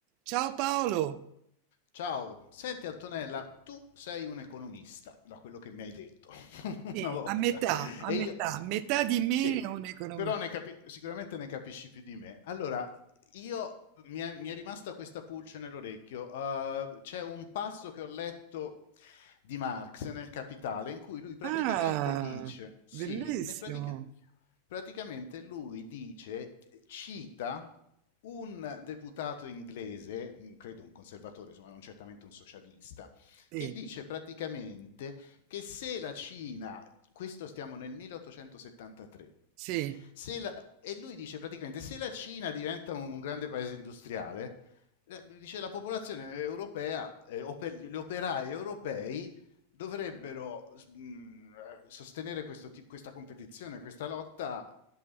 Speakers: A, on the right; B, on the left.
A: Ciao Paolo,
B: Ciao, senti Antonella, tu sei un economista, da quello che mi hai detto <laughs>
A: Sì,
B: una volta,
A: a metà, a
B: e
A: metà,
B: io
A: metà di me
B: sì, Oddio.
A: è un economista.
B: però ne capi- sicuramente ne capisci più di me. Allora, io mi è, mi è rimasta questa pulce nell'orecchio. Eh, c'è un passo che ho letto di Marx nel Capitale in cui lui praticamente
A: Ah,
B: dice, sì,
A: bellissimo.
B: ne pratica- praticamente lui dice, cita un deputato inglese, un- credo un conservatore, insomma non certamente un socialista,
A: Sì,
B: che dice praticamente che se la Cina, questo stiamo nel 1873,
A: sì.
B: se la- e lui dice praticamente se la Cina diventa un, un grande paese industriale, eh, dice la popolazione europea, eh, oper- gli operai europei dovrebbero mh, sostenere questo, ti- questa competizione, questa lotta,